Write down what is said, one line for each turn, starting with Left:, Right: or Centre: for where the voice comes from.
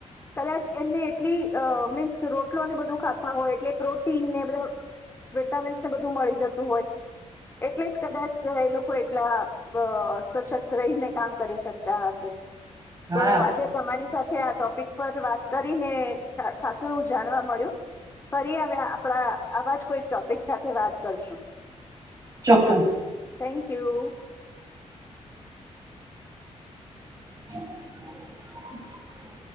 Left: કદાચ એમને એટલી અ મીન્સ રોટલોને બધું ખાતા હોય એટલે પ્રોટીનને બધા વિટામિન્સ ને બધું મળી જતું હોય એટલે જ કદાચ એ લોકો એટલા અ સશક્ત રહીને કામ કરી શકતા હશે.
Right: હા
Left: તો આજે તમારી સાથ આ ટોપિક પર વાત કરીને ખાસું એવું જાણવા મળ્યું ફરી હ આપણા આવાજ કોઈ ટોપિક સાથે વાત કરશું.
Right: ચોક્કસ.
Left: Thank you.
Right: <inaudible>